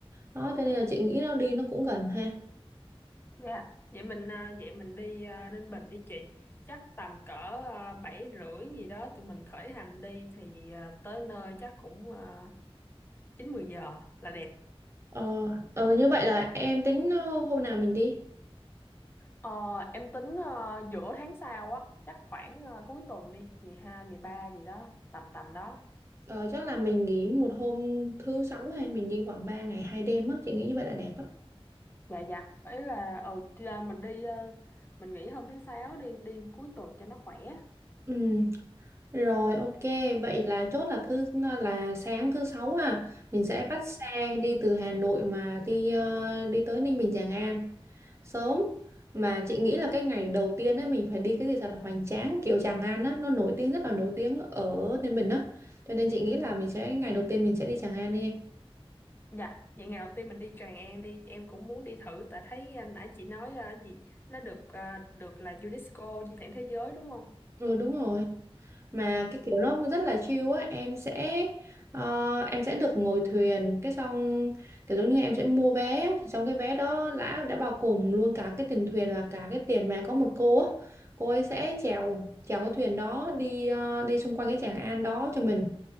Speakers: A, on the right; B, on the left.
A: Đó, cho nên là chị nghĩ nó đi nó cũng gần ha.
B: Dạ, vậy mình à, vậy mình đi à, Ninh Bình đi chị. Chắc tầm cỡ à, bảy rưỡi gì đó tụi mình khởi hành đi thì à, tới nơi chắc cũng à, chín mười giờ là đẹp.
A: Ờ, ờ như vậy là em tính ờ, hôm nào mình đi?
B: Ờ, em tính à, giữa tháng sau á, chắc khoảng à, cuối tuần đi, 12, ba gì đó, tầm tầm đó.
A: Ờ, chắc là mình nghỉ một hôm thứ sáu hay mình đi khoảng 3 ngày hai đêm á, chị nghĩ như vậy là đẹp á.
B: Dạ dạ, ấy là ờ, thì, à, mình đi à, mình nghỉ hôm thứ sáu đi đi cuối tuần cho nó khỏe.
A: Ừ, rồi ok, vậy là chốt là thứ là sáng thứ sáu ha, mình sẽ bắt xe đi từ Hà Nội mà đi ờ, đi tới Ninh Bình Tràng An. sớm mà chị nghĩ là cái ngày đầu tiên ấy mình phải đi cái gì thật là hoành tráng kiểu Tràng An á nó nổi tiếng rất là nổi tiếng ở Ninh Bình đó cho nên chị nghĩ là mình sẽ ngày đầu tiên mình sẽ đi Tràng An đi em
B: Dạ, vậy ngày đầu tiên mình đi Tràng An đi, em cũng muốn đi thử tại thấy à, nãy chị nói à, gì nó được à, được là UNESCO di sản thế giới đúng không?
A: ừ đúng rồi mà cái kiểu nó rất là chill á em sẽ ờ, em sẽ được ngồi thuyền cái xong kiểu giống như em sẽ mua vé trong cái vé đó đã đã bao gồm luôn cả cái tiền thuyền và cả cái tiền mà có một cô á cô ấy sẽ chèo chèo cái thuyền đó đi ờ, đi xung quanh cái Tràng An đó cho mình